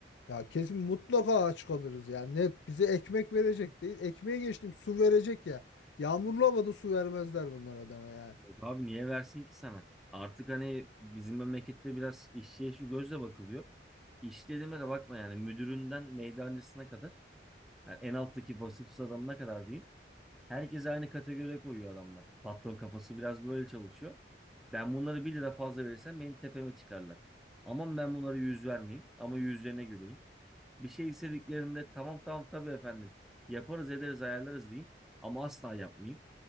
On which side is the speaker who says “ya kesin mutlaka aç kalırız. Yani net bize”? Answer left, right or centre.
Left